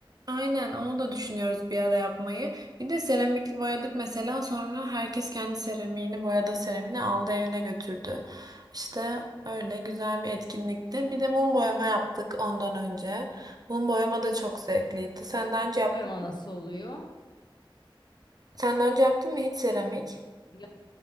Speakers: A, on the right (about 45°); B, on the left (about 55°).
A: Aynen onu da düşünüyoruz bir ara yapmayı. Bir de seramikli boyadık mesela sonra herkes kendi seramiğini boyadığı seramiğini aldı evine götürdü. İşte öyle güzel bir etkinlikti. Bir de mum boyama yaptık ondan önce. Mum boyama da çok zevkliydi. Senden
B: Mum
A: önce yaptın,
B: boyama nasıl oluyor?
A: senden önce yaptın mı hiç seramik?
B: Ya-